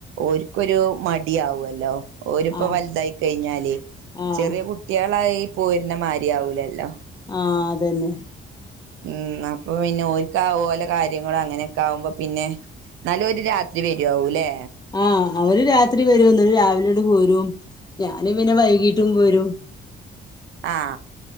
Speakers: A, on the right (about 85°); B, on the left (about 20°).
A: ഒര്ക്കൊരു മടിയാവല്ലോ ഓരിപ്പോ
B: ആഹ്
A: വലുതായി കഴിഞ്ഞാലേ
B: ആഹ്
A: ചെറിയ കുട്ടികളായി പോരുന്ന മാരിയാവൂലല്ലോ
B: ആ അതന്നെ
A: ഉം അപ്പൊ പിന്നെ ഒര്ക്ക് അതുപോലെ കാര്യങ്ങളും അങ്ങനെയൊക്കെ ആകുമ്പോ പിന്നെ ന്നാലും ഓര് രാത്രി വരു ആവുംല്ലെ
B: ആഹ് അവര് രാത്രി വരും എന്നിട്ട് രാവിലെ ഇങ്ങോട് പോരും ഞാന് പിന്നെ വൈകീട്ടും പോരും
A: ആ